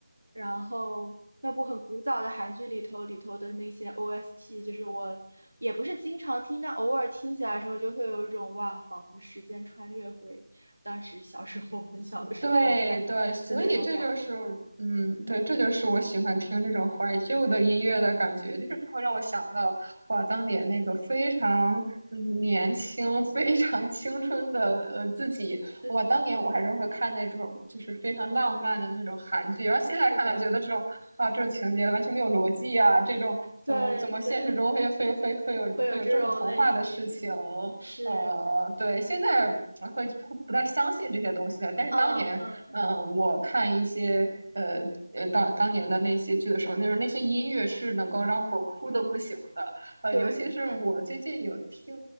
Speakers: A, on the right; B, on the right.
A: 然后那部很古早的韩剧里头里头的那些 OST，就是我也不是经常听，但偶尔听起来的时候，就会有一种哇，仿佛时间穿越回当时小时候、很小的时候看的那种感觉。
B: 对对，所以这就是，嗯，
A: 嗯，
B: 对，这就是我喜欢听这种怀旧的音乐的感觉，就是它会让我想到，哇，当年那个非常嗯年轻、非常青春的呃自己，
A: 自己对，
B: 哇，当年我还是会看那种就是非常浪漫的那种韩剧，然后现在看来觉得这种啊这种情节完全没有逻辑啊，
A: 是的，
B: 这种怎么怎么现实中会会会会有会有这么童话的事情，
A: 对对，会有这种类型，是。
B: 呃，对，现在呃会不不太相信这些东西了。但是当年，
A: 嗯嗯
B: 嗯、我看一些呃呃当当年的那些剧的时候，那时候那些音乐是能够让我哭的不行的。
A: 嗯，
B: 呃，
A: 对，
B: 尤其是我最近有听，